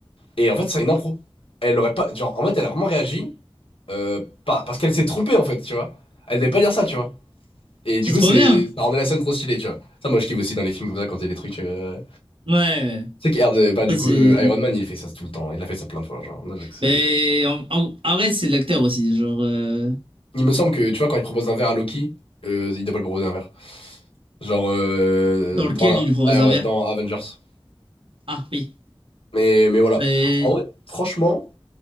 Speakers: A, on the left (about 80°); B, on the right (about 70°).
A: Et en fait, c'est une impro. Elle aurait pas, genre en fait, elle a vraiment réagi euh, par- parce qu'elle s'est trompée en fait, tu vois. Elle devait pas dire ça, tu vois. Et du
B: C'est
A: coup,
B: trop
A: c'est
B: bien.
A: ça rendait la scène trop stylée, tu vois. Ça, moi, je kiffe aussi dans les films comme ça quand il y a des trucs. euh,
B: Ouais, ouais.
A: Tu sais que bah du
B: Ça,
A: coup,
B: c'est...
A: euh, Iron Man, il fait ça tout le temps. Il a fait ça plein de fois, genre. Moi, je sais que c'est-
B: Mais en, en- en vrai, c'est l'acteur aussi, genre, euh,
A: Il me semble que tu vois quand il propose un verre à Loki, euh, il doit pas le proposer un verre. Genre euh,
B: dans lequel
A: dans, la-
B: il lui propose
A: Air-
B: un verre.
A: dans Avengers.
B: Ah, oui.
A: Mais, mais voilà.
B: Mais...
A: En vrai, franchement,